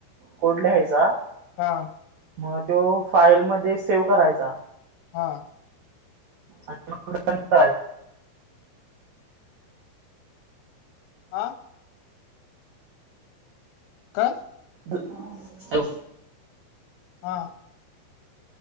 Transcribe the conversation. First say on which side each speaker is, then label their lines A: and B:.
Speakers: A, on the right; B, on the left.
A: कोड लिहायचा.
B: हा.
A: मग तो फाईलमध्ये सेव्ह करायचा.
B: हा.
A: आणि मग काय <unintelligible>
B: हा. काय?
A: हॅलो.
B: हा.